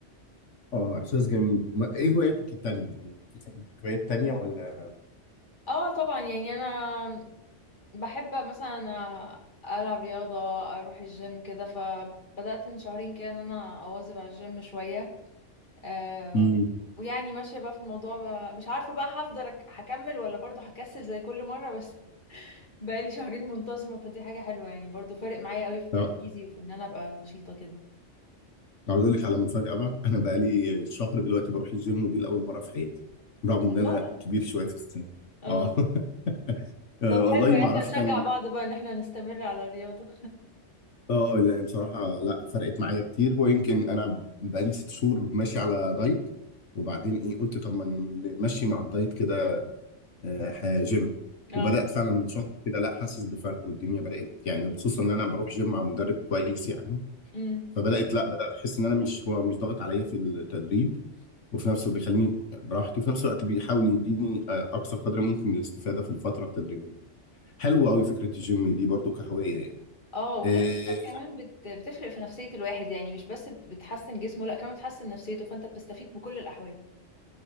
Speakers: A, on the left; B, on the left.
A: اه احساس جميل ما... ايه هواياتك التانية؟ دي؟ في هوايات تانية ولا
B: اه طبعا يعني أنا بحب مثلا ألعب رياضة أروح الجيم كده فبدأت من شهرين كده إن أنا أواظب على الجيم شوية آه
A: امم
B: ويعني ماشية بقى في الموضوع بقى مش عارفة بقى هفضل أك- هكمل ولا برضه هكسل زي كل مرة بس بقالي شهرين منتظمة فدي حاجة حلوة يعني برضو فارق معايا قوي في تركيزي
A: اه
B: وفي ان انا ابقى نشيطة كده
A: عاوز اقول لك على مفاجاه بقى انا بقى لي شهر دلوقتي بروح الجيم ودي لاول مره في حياتي رغم
B: والله
A: ان انا كبير شويه في السن
B: اه
A: اه <laughs> آه،
B: طب
A: والله
B: حلو يعني
A: ما اعرفش
B: احنا نشجع
A: كان
B: بعض بقى ان احنا نستمر على الرياضة
A: اه لا بصراحه لا فرقت معايا كتير هو يمكن انا بقى لي ست شهور ماشي على دايت وبعدين ايه قلت طب ما نمشي مع الدايت كده آه، ح- جيم
B: اه
A: وبدات فعلا من شهر كده لا حاسس بفرق والدنيا بدات يعني خصوصا ان انا بروح جيم مع مدرب كويس يعني
B: امم
A: فبدات لا بدات احس ان انا مش هو مش ضاغط عليا في التدريب وفي نفسه بيخليني براحتي وفي نفس الوقت بيحاول يديني آه، اقصى قدر ممكن من الاستفاده في الفتره التدريبيه حلوه قوي فكره الجيم دي برضو كهوايه يعني
B: اه وغير
A: اه
B: كده كمان بت... بتفرق في نفسية الواحد يعني مش بس بت- بتحسن جسمه لا كمان بتحسن نفسيته فانت بتستفيد بكل الاحوال